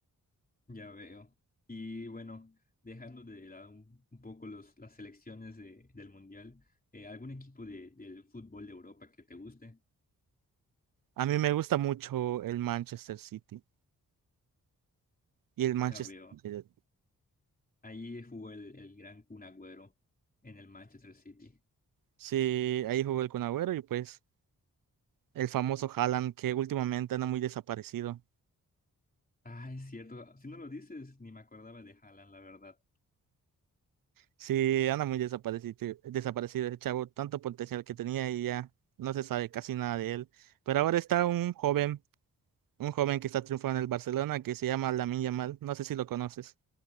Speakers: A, on the left; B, on the right.
A: Ya veo. Y bueno, dejando de lado un, un poco los, las selecciones de- del Mundial, eh, ¿algún equipo de- del fútbol de Europa que te guste?
B: A mí me gusta mucho el Manchester City y el Manchester,
A: Ya veo.
B: United.
A: Ahí jugó el, el gran Kun Agüero en el Manchester City.
B: sí, ahí jugó el Kun Agüero y pues el famoso Haaland que últimamente anda muy desaparecido.
A: Ah, es cierto. Si no lo dices, ni me acordaba de Haaland, la verdad.
B: Sí, anda muy desaparecido, desaparecido ese chavo, tanto potencial que tenía y ya no se sabe casi nada de él. Pero ahora está un joven, un joven que está triunfando en el Barcelona que se llama Lamine Yamal, no sé si lo conoces.